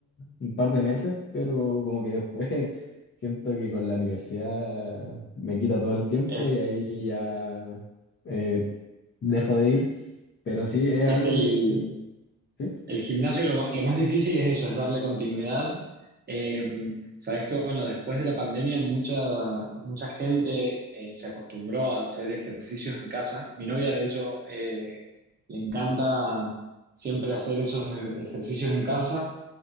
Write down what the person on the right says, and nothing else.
Es,
es
que el,
El gimnasio lo, ma- lo más difícil es eso, es darle continuidad. Eh, sabes que, bueno, después de la pandemia mucha, mucha gente eh, se acostumbró a hacer ejercicios en casa. Mi novia, de hecho, eh, le encanta siempre hacer esos ejercicios en casa.